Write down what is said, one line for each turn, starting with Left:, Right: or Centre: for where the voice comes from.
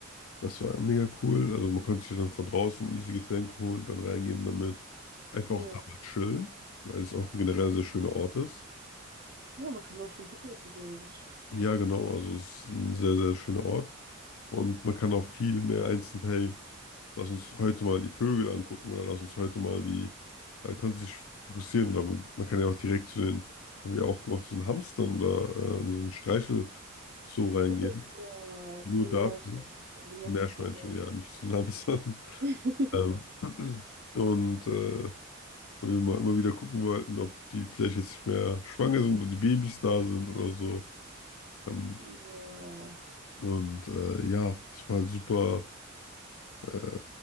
Left: das war mega cool. Also man konnte sich dann von draußen easy Getränke holen, dann reingehen damit. Einfach
Right: ja.
Left: auch da mal chillen, weil es auch ein generell sehr schöner Ort ist.
Right: Ja, man kann auch schön picknicken, theoretisch.
Left: Ja, genau. Also es ist ein sehr, sehr schöner Ort. Und man kann auch viel mehr einzeln, hey, Lass uns heute mal die Vögel angucken oder lass uns heute mal die, äh, kannst du dich fokussieren oder man, man kann ja auch direkt zu den, haben wir auch gemacht, zu den Hamstern oder äh, in diesen Streichelzoo reingehen.
Right: Oh ja,
Left: Nur
Right: zu den
Left: dafür.
Right: Meerschweinchen, die mochte
Left: Zu Meerschweinchen,
Right: ich so gerne.
Left: ja, nicht zu den Hamstern. <laughs>
Right: <laughs>
Left: Ähm, und äh, weil wir mal immer wieder gucken wollten, ob die vielleicht jetzt nicht mehr schwanger sind oder die Babys da sind oder so. Ähm,
Right: Ja.
Left: und äh, ja, es war halt super äh,